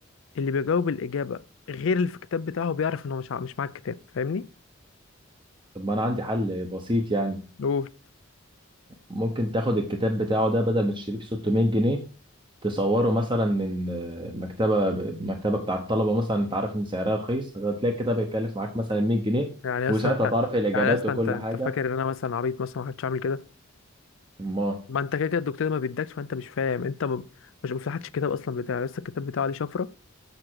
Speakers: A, on the left; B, on the right.
A: اللي بيجاوب الاجابه غير اللي في الكتاب بتاعه بيعرف ان هو مش ع- مش معاه الكتاب فاهمني
B: طب ما انا عندي حل بسيط يعني
A: قول
B: ممكن تاخد الكتاب بتاعه ده بدل ما تشتريه ب 600 جنيه تصوره مثلا من آه، مكتبة مكتبة بتاع الطلبة مثلا انت عارف ان سعرها رخيص هتلاقي الكتاب هيتكلف معاك مثلا 100 جنيه
A: يعني
B: وساعتها
A: اصلا انت
B: تعرف الإجابات
A: يعني اصلا
B: وكل
A: انت انت
B: حاجة
A: فاكر ان انا مثلا عبيط مثلا ما كنتش عامل كده
B: ما
A: ما انت كده كده الدكتور ما بيدكش فانت مش فاهم انت م... مش مفتحتش الكتاب اصلا بتاعي لسه الكتاب بتاعه عليه شفره